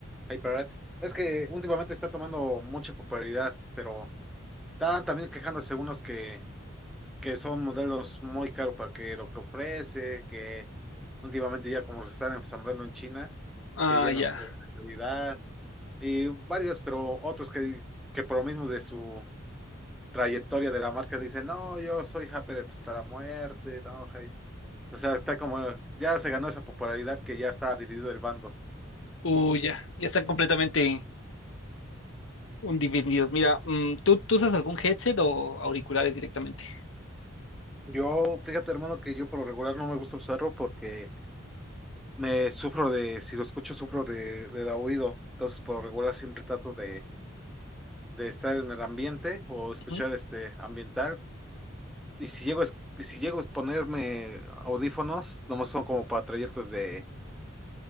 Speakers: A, in the centre; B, on the left (about 70°).
A: HyperX. Es que últimamente está tomando mucha popularidad, pero están también quejándose unos que que son modelos muy caros para que lo que ofrece, que últimamente ya como los están ensamblando en China,
B: Ah,
A: que ya
B: ya.
A: no son de buena calidad, y varios, pero otros que, que por lo mismo de su trayectoria de la marca dicen, no, yo soy Japeret hasta la muerte, no, hey". O sea, está como, ya se ganó esa popularidad que ya está dividido el bando.
B: Uy, ya. Ya están completamente divididos. Mira, mm, ¿tú, tú usas algún headset o auriculares directamente?
A: Yo, fíjate hermano, que yo por lo regular no me gusta usarlo porque me sufro de, si lo escucho, sufro de, de oído. Entonces, por lo regular siempre trato de, de estar en el ambiente o escuchar
B: Ujú.
A: este ambiental. Y si llego a, es- y si llego a ponerme audífonos, nomás son como para trayectos de,